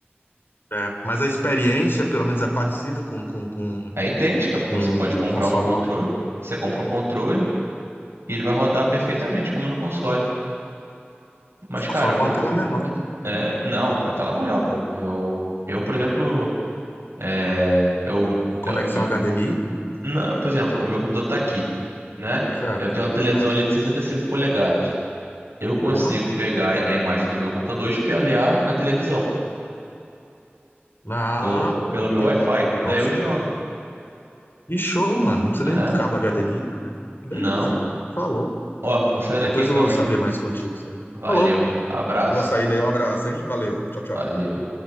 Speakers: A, on the left; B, on the right.
A: É, mas a experiência, pelo menos, é parecida com, com, com,
B: É idêntica, porque
A: com
B: você pode comprar
A: o console
B: um controle,
A: lá, né?
B: você compra um controle e ele vai rodar perfeitamente, como no console. Mas, cara,
A: só
B: eu
A: com
B: vou.
A: a tela menor, né?
B: é, não, com a tela maior, pô. Eu, eu por exemplo, é, eu,
A: A conexão
B: eu-
A: HDMI,
B: não, por exemplo, o meu computador tá aqui, né?
A: certo?
B: Eu tenho uma televisão
A: Ah,
B: ali de 65 polegadas. Eu consigo
A: porra.
B: pegar a imagem do meu computador e espelhar na televisão,
A: Ah,
B: pelo, pelo
A: top,
B: meu Wi-Fi.
A: hein?
B: Daí
A: Nossa.
B: eu jogo.
A: E show, mano. Não precisa
B: É,
A: nem de cabo HDMI. né? Beleza.
B: não.
A: Falou.
B: Ó, vou saindo
A: Depois
B: aqui então,
A: eu vou saber
B: hein?
A: mais contigo isso aí.
B: Valeu,
A: Falou.
B: abraço.
A: Boa saída aí. Um abraço, hein? Valeu. Tchau, tchau.
B: Valeu.